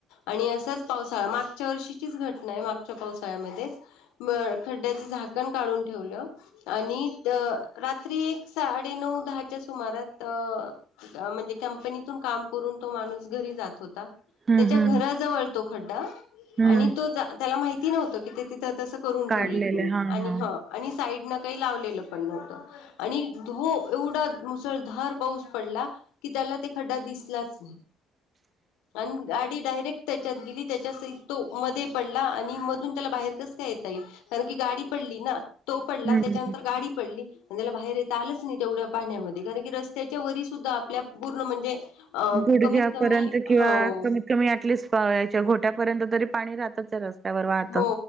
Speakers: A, on the left; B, on the right.
A: आणि असच पाऊस मागच्या वर्षीचीच घटना आहे. मागच्या पावसाळ्यामध्येच खड्ड्याच झाकण काढून ठेवलं. आणि रात्री एक साडे नऊ दहाच्या सुमारात म्हणजे कंपनीतून काम करून तो माणूस घरी जात होता.
B: हम्म
A: त्याच्या
B: हम्म
A: घराजवळ तो खड्डा
B: हम्म
A: आणि तो त्याला माहिती नव्हत की, ते तिथं तसं करून
B: काढलेले
A: ठेवलंय म्हणून
B: हा हा
A: आणि साइडने काही लावलेलं पण न्हवत. आणि धो एवढा मुसळधार पाऊस पडला. की त्याला ते खड्डा दिसलाच नाही आणि गाडी डायरेक्ट त्याच्यात गेली. त्याच्यासह तो मध्ये पडला आणि मधून त्याला बाहेर कस काय येता येईल? कारण की गाडी पडली ना. तो पडला
B: हम्म
A: त्याच्यानंतर
B: हम्म.
A: गाडी पडली. आणि त्याला बाहेर येता आलंच नाही. तेवढ्या पाहण्यामध्ये कारण की, रस्त्याच्या वरी सुद्धा आपल्या पूर्ण म्हणजे अ
B: गुडघ्यापर्यंत
A: कमीत कमी
B: किंवा
A: हो
B: कमीत कमी अटलिस्ट पायच्या घोट घोट्यापर्यंत तरी पाणी राहतच रस्त्यावर वाहत.
A: हो